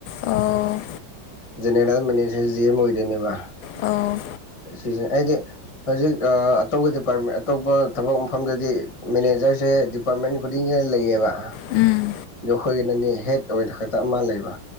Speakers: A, on the left; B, on the left.
A: ꯑꯣ
B: ꯖꯦꯅꯦꯔꯦꯜ ꯃꯦꯅꯦꯁꯔ ꯖꯤ ꯑꯦꯝ ꯑꯣꯏꯗꯣꯏꯅꯦꯕ
A: ꯑꯧ
B: ꯁꯤꯁ ꯑꯩꯗꯤ ꯍꯧꯖꯤꯛ ꯑ ꯑꯇꯧꯕ ꯗꯤꯄꯥꯔꯠꯃꯦꯟ ꯑꯇꯣꯞꯄ ꯊꯕꯛ ꯃꯐꯝꯗꯗꯤ ꯃꯦꯅꯦꯖꯔꯁꯦ ꯑꯦꯄꯔꯠꯃꯦꯟ ꯈꯨꯗꯤꯡ ꯈ ꯂꯩꯌꯦꯕ
A: ꯎꯝ
B: ꯑꯗꫭ ꯑꯩꯈꯣꯏꯒꯤꯅꯗꯤ ꯍꯦꯠ ꯑꯣꯏꯅ ꯈꯛꯇ ꯑꯃ ꯂꯩꯕ